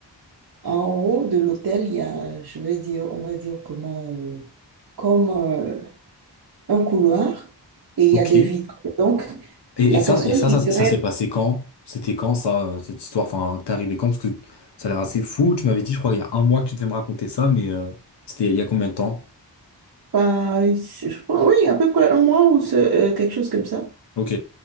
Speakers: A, on the right; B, on the left.
A: en haut de l'hôtel, il y a, je vais dire, on va dire comment, euh, comme euh, un couloir et il
B: Ok.
A: y a des
B: Et,
A: vitres. Donc,
B: et
A: la
B: ça,
A: personne
B: et ça,
A: qui
B: ça, ça
A: serait
B: s'est passé quand? C'était quand ça, euh, cette histoire? Enfin, t'es arrivé quand? Parce que ça a l'air assez fou. Tu m'avais dit, je crois, il y a un mois que tu devais me raconter ça, mais euh, c'était il y a combien de temps?
A: pas, je pense, oui, à peu près un mois ou ce- euh, quelque chose comme ça,
B: Ok.